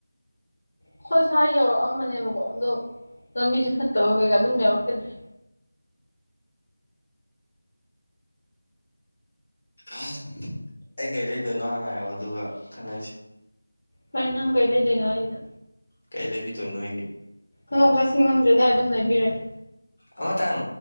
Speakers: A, on the left (about 60°); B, on the left (about 40°).
A: ꯑꯈꫭꯏ ꯁ꯭ꯋꯥꯏ ꯌꯧꯔꯛꯑꯝꯕꯅꯦꯕꯀꯣ ꯑꯗꯣ ꯂꯝꯕꯤꯁꯦ ꯐꯠꯇꯕ ꯀꯩꯀꯥ ꯑꯗꯨꯝ ꯌꯧꯔꯛꯈꯤꯗ꯭ꯔꯦ
B: ꯑ ꯑꯩ ꯀꯩ ꯂꯩꯗꯣꯏꯅꯣ ꯍꯥꯟꯅ ꯍꯥꯏꯔꫭ ꯑꯗꯨꯒ ꯈꯟꯅꯁꯤ
A: ꯀꯩ ꯅꯪ ꯀꯩ ꯂꯩꯗꯦꯏꯅꯣ ꯍꯥꯏꯖꯤꯅ
B: ꯀꯩ ꯂꯩꯕꯤꯗꯣꯏꯅꯣ ꯑꯩꯒꯤ
A: ꯈꯪꯉꯨꯞ ꯆꯠ ꯁꯤꯡꯉꯝꯗ꯭ꯔꯦꯗꯥꯏ ꯑꯗꯨꯃ ꯂꯩꯕꯤꯔꯒꯦ
B: ꯑꯃꯇꯪ